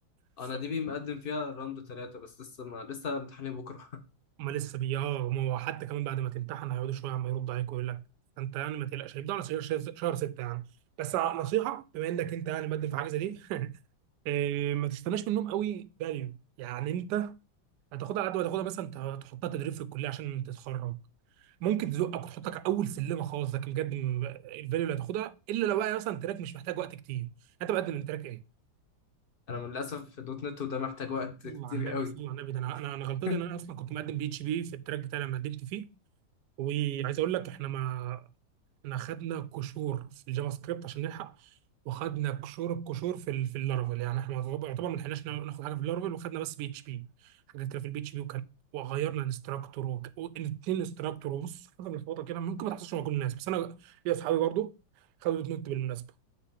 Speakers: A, on the right; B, on the left.
A: ف
B: انا دي بي مقدم فيها راوند ثلاثة بس لسه ما لسه امتحاني بكرة <laughs>
A: هما لسه بي اه هما هو حتى كمان بعد ما تمتحن هيقعدوا شويه عم يردوا عليك ويقول لك انت يعني ما تقلقش هيبدأوا على شهر شهر- شهر ستة يعني بس نصيحه بما انك انت يعني مقدم في حاجه زي دي <laughs> إيه، ما تستناش منهم قوي فاليو يعني انت هتاخدها على قد ما تاخدها بس انت هتحطها تدريب في الكليه عشان تتخرج ممكن تزقك وتحطك اول سلمه خالص لكن بجد م- الفاليو اللي هتاخدها الا لو بقى مثلا تراك مش محتاج وقت كتير انت مقدم من تراك ايه؟
B: انا من للاسف في دوت نت وده محتاج وقت
A: صلى
B: كتير
A: على النبي
B: قوي
A: صلى على النبي ده انا انا أنا غلطتي
B: <laughs>
A: ان انا اصلا كنت مقدم بي اتش بي في التراك بتاعي لما قدمت فيه وعايز اقول لك احنا ما احنا خدنا كشور في الجافا سكريبت عشان نلحق وخدنا كشور الكشور في ال- في اللارفل يعني احنا يعتبر يعتبر ما لحقناش ناخد حاجه في اللارفل وخدنا بس بي اتش بي حاجات كده في البي اتش بي وكان وغيرنا انستراكتور وك... الاثنين انستراكتور وبص حاجه ملخبطه كده ممكن ما تحصلش مع كل الناس بس انا ليا اصحابي برضو خدوا الاثنين بالمناسبه